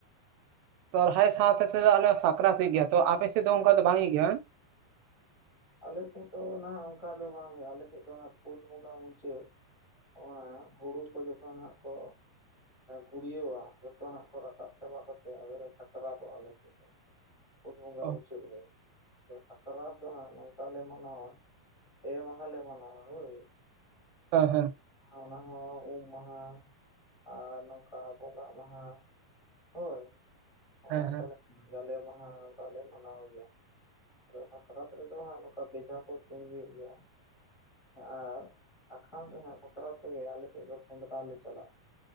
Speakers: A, on the right; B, on the left.
A: ᱥᱚᱦᱨᱟᱭ ᱥᱟᱶᱛᱮ ᱛᱮᱫᱚ ᱟᱞᱮ ᱥᱟᱠᱨᱟᱛ ᱦᱩᱭᱩᱜ ᱜᱮᱭᱟ, ᱛᱚ ᱟᱯᱮ ᱥᱮᱫ ᱫᱚ ᱚᱱᱠᱟ ᱫᱚ ᱵᱟᱝ ᱦᱩᱭᱩᱜ ᱜᱮᱭᱟ ᱦᱟᱜ?
B: ᱟᱞᱮ ᱥᱮᱫ ᱫᱚ ᱱᱟᱦᱜ ᱚᱱᱠᱟ ᱫᱚ ᱵᱟᱝ ᱦᱩᱭᱩᱜᱼᱟ, ᱟᱞᱮ ᱥᱮᱫ ᱫᱚ ᱚᱱᱟ ᱯᱳᱥ ᱵᱚᱸᱜᱟ ᱢᱩᱪᱟᱹᱫ ᱾ ᱦᱮᱸ ᱦᱩᱲᱩ ᱠᱚ ᱡᱚᱠᱷᱚᱱ ᱦᱟᱸᱜ ᱠᱚ ᱜᱩᱲᱭᱟᱹᱣᱟ ᱡᱚᱛᱚᱱᱟᱜ ᱠᱚ ᱨᱟᱠᱟᱵ ᱪᱟᱵᱟ ᱠᱟᱛᱮᱜ ᱟᱫᱚ ᱞᱮ ᱥᱟᱠᱨᱟᱛᱚᱜᱼᱟ ᱟᱞᱮ ᱥᱮᱫ ᱫᱚ ᱾ ᱯᱩᱥ ᱵᱚᱸᱜᱟ
A: ᱚ
B: ᱢᱩᱪᱟᱹᱫ ᱨᱮ ᱟᱫᱚ ᱥᱟᱠᱨᱟᱛ ᱫᱚ ᱦᱟᱸᱜ ᱱᱚᱝᱠᱟ ᱞᱮ ᱢᱟᱱᱟᱣᱟ ᱾ ᱯᱮ ᱢᱟᱦᱟ ᱞᱮ ᱢᱟᱱᱟᱣᱟ ᱦᱳᱭ ᱾
A: ᱦᱮᱸ ᱦᱮᱸ ᱾
B: ᱚᱱᱟ ᱦᱚᱸ ᱩᱢ ᱢᱟᱦᱟ ᱟᱨ ᱱᱚᱝᱠᱟ ᱵᱚᱸᱜᱟ ᱢᱟᱦᱟ, ᱦᱳᱭ ᱦᱚᱸᱜ-ᱚᱝᱠᱟ
A: ᱦᱮᱸ ᱦᱮᱸ
B: ᱞᱮ ᱡᱟᱞᱮ ᱢᱟᱦᱟ ᱱᱚᱝᱠᱟ ᱞᱮ ᱢᱟᱱᱟᱣ ᱜᱮᱭᱟ ᱾ ᱟᱫᱚ ᱥᱟᱠᱨᱟᱛ ᱨᱮᱫᱚ ᱦᱟᱸᱜ ᱠᱚ ᱵᱮᱡᱷᱟ ᱠᱚ ᱛᱩᱧ ᱦᱩᱭᱩᱜ ᱜᱮᱭᱟ᱾ ᱟᱨ ᱟᱠᱷᱟᱱ ᱨᱮᱦᱟᱜ ᱥᱟᱠᱨᱟᱛ ᱨᱮᱜᱮ ᱟᱞᱮᱥᱮᱫ ᱫᱚ ᱥᱮᱸᱫᱽᱨᱟ ᱞᱮ ᱪᱟᱞᱟᱜᱼᱟ᱾